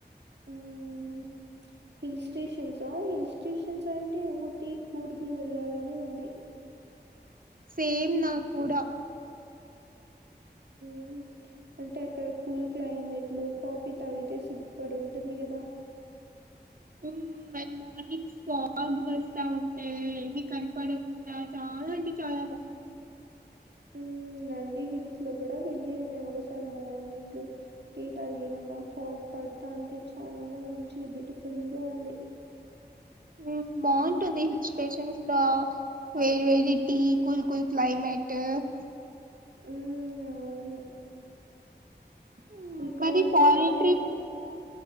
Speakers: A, on the right; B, on the right.
A: ఉమ్ హిల్ స్టేషన్సా హిల్ స్టేషన్స్ అంటే ఊటి కూర్గు వెళ్ళాలని ఉంది
B: సేమ్ నాకు కూడా
A: హ్మ్మ్ అంటే అక్కడ కూల్ క్లైమేట్ లో కాఫీ తాగితే సూప్పర్ ఉంటుంది కదా
B: హ్మ్మ్ బై మార్నింగ్ ఫాగ్ వస్తా ఉంటే ఏమి కనపడకుండా చాలా అంటే చాలా బాగుంటుంది.
A: మ్మ్ నంది హిల్స్ లో కూడా వెళ్ళి ఉండే మేము ఒకసారి మార్నింగ్ టీ తాగి <unintelligible> ఆ ఫాగ్ మొత్తానికి చాలా మంచిగా బ్యూటిఫుల్ గా ఉంది
B: హ్మ్మ్ బాగుంటుంది హిల్ స్టేషన్స్ లో వేడి వేడి టీ కూల్ కూల్ క్లైమేట్. ట్
A: హ్మ్మ్ అవును
B: హ్మ్.
A: ఇంకా మరి
B: ఫారిన్
A: ఫారెన్
B: ట్రిప్
A: ట్రి